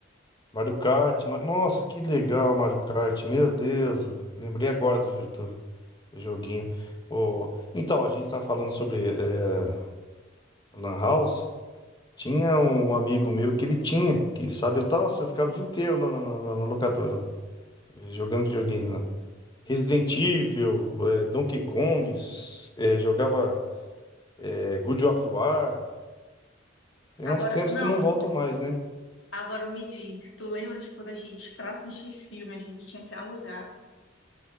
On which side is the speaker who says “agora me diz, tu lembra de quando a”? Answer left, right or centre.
Left